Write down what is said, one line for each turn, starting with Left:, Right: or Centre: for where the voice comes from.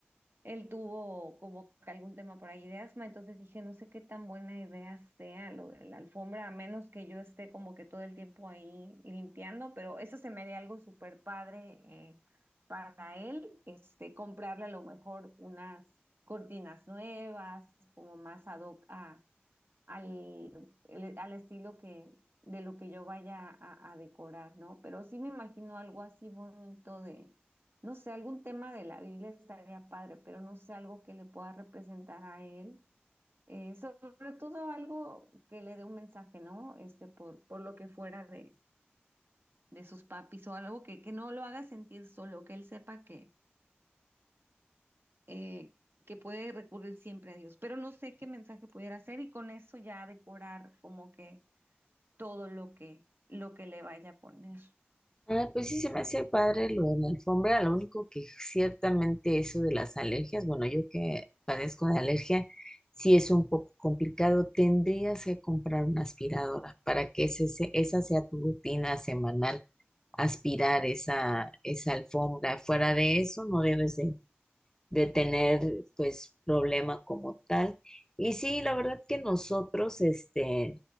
Right: él tuvo como que algún tema por ahí de asma, entonces dije, no sé qué tan buena idea sea lo de la alfombra, a menos que yo esté como que todo el tiempo ahí limpiando, pero eso se me haría algo súper padre eh, para él, este, comprarle a lo mejor unas cortinas nuevas, como más ad hoc a al, el- al estilo que, de lo que yo vaya a, a decorar, ¿no? Pero sí me imagino algo así bonito de, no sé, algún tema de la Biblia estaría padre, pero no sé, algo que le pueda representar a él. Eh, sobre todo algo que le dé un mensaje, ¿no? Este, por, por lo que fuera de, de sus papis o algo que, que no lo haga sentir solo, que él sepa que, eh, que puede recurrir siempre a Dios. Pero no sé qué mensaje pudiera hacer y con eso ya decorar como que todo lo que, lo que le vaya a poner.
Left: Ah, pues sí se me hace padre lo de la alfombra, lo único que ciertamente eso de las alergias, bueno, yo que padezco de alergia, sí es un poco complicado, tendrías que comprar una aspiradora para que ese, se- esa sea tu rutina semanal, aspirar esa, esa alfombra. Fuera de eso, no debes de, de tener pues problema como tal. Y sí, la verdad que nosotros, este,